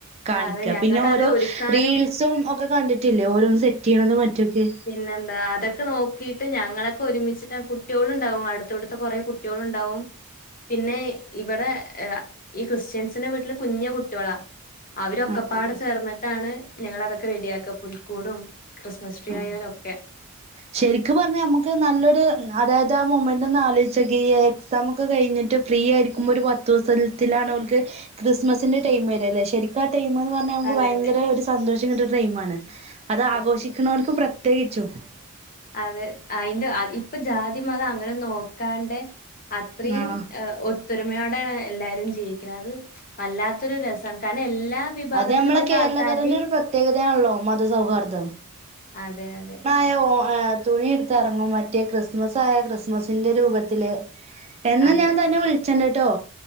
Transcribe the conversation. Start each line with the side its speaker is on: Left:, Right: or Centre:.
Right: കാണിക്ക
Left: അതെ ഞങ്ങക്കത്
Right: പിന്നെ ഓരോ
Left: ഒരുക്കാനും
Right: റീൽസും ഒക്കെ കണ്ടിട്ടില്ലേ ഓരോന്ന് സെറ്റ് ചെയ്യണത് മറ്റുവൊക്കെ
Left: പിന്നെന്താ അതക്കെ നോക്കിട്ട് ഞങ്ങളൊക്കെ ഒരുമിച്ചിട്ടാ കുട്ടിയോള് ഇണ്ടാവും അടുത്തടുത്ത കൊറേ കു കുട്ടിയോളുണ്ടാവും പിന്നെ ഇവിടെ ഈ ക്രിസ്ത്യൻസിന്റെ വീട്ടില് കുഞ്ഞ് കുട്ടിയോളാ അവരൊക്കെപ്പാടെ
Right: ആഹ്
Left: ചേർന്നിട്ടാണ് ഞങ്ങളതൊക്കെ റെഡിയാക്ക പുൽക്കൂടും ക്രിസ്മസ് ട്രീയാലൊക്കെ
Right: ആഹ് ശരിക്ക് പറഞ്ഞാ നമ്മക്ക് നല്ലൊരു അതായത് ആ മൊമെന്റ് ഒന്ന് ആലോചിച്ചു നോക്കിയേ എക്സാമൊക്കെ കഴിഞ്ഞിട്ട് ഫ്രീ ആയിരിക്കുമ്പോ ഒരു പത്തു ദിവസത്തിലാണ് ഓൽക്ക്- ക്രിസ്മസിന്റെ ടൈം വരാല്ലേ ശരിക്കാ ടൈമംയെന്ന് പ ന്നാവുമ്പോ
Left: അതെ
Right: ഭയങ്കര
Left: അതെ
Right: ഒരു സന്തോഷം കിട്ട്ണ ടൈമാണ് അത്
Left: സത്യം.
Right: ആഘോഷിക്ക്‌ണോൽക്ക്‌ പ്രത്യേകിച്ചും
Left: അതെ അയിന്റെ അത് ഇപ്പ ജാതി മതം അങ്ങനെ നോക്കാണ്ടെ- അത്രയും
Right: ആഹ്
Left: ഒ - ത്തൊരുമയോടെയാണ് എല്ലാരും ജീവിക്കണെ അത് വല്ലാത്തൊരു രസാണ് കാരണം എല്ലാ- വിഭാഗത്തിൽപ്പെട്ട
Right: അത് ഞമ്മളെ കേരളക്കരന്റെ
Left: ആൾക്കാരുടെയും
Right: ഒരു പ്രത്യേകതയാണല്ലോ മത സൗഹാർദം
Left: അതെ അതെ
Right: ഏ ഓ തുണി ഉടുത്തുയിറങ്ങും മറ്റേ ക്രിസ്മസ് ആയ ക്രിസ്മസിന്റെ രൂപത്തില് എന്നാ
Left: അതെ.
Right: ഞാൻ തന്നെ വിളിച്ചണ്ട്ട്ടോ